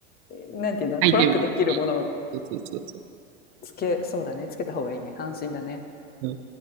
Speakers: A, on the left; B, on the right.
A: なんていうの、
B: 相手テム
A: トラックできるものを
B: そうそうそうそ
A: つけ、そうだね。つけた方がいいね。安心だね。
B: う。